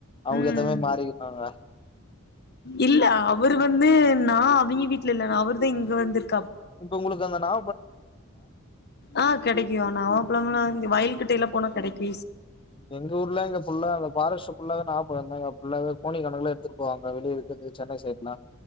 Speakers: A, on the left; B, on the left.
A: அவங்க
B: ம்
A: ஏத்தவுமே மாறிந்தாங்க
B: இல்ல அவரு வந்து நா அவிங்க வீட்டுல இல்ல அவர்தா இங்க வந்துரு
A: இப்ப உங்களுக்கு அந்த நா
B: ஆ கிடைக்கு நவா பளம்ளா இங்க வயல்கிட்டையல்லா போனா கிடைக்கு
A: எங்க ஊர்ல இங்க ஃபுல்லா அந்த ஃபாரெஸ்ட் ஃபுல்லாதா நாவபழம் தான் கோனி கணக்கல்ல எடுத்துப்போவாங்க வெளிய விக்கறக்கு சென்னை சைடலா